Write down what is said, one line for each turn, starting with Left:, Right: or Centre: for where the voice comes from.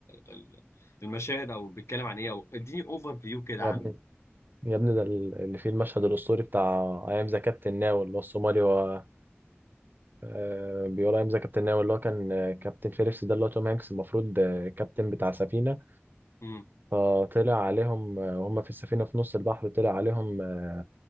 Left: ال- المشاهد او بيتكلم عن ايه او اديني اوفر فيو كده
Right: يا
Left: عنه
Right: ابني يا ابني ده اللي فيه المشهد الاسطوري بتاع ايام ذا كابتن ناو اللي هو الصومالي هو آه بيقول ايام ذا كابتن ناو اللي هو كان آه، كابتن فيليبس ده اللي هو توم هانكس المفروض آه، كابتن بتاع سفينه
Left: امم
Right: فطلع عليهم آه، وهم في السفينه في نص البحر طلع عليهم آه،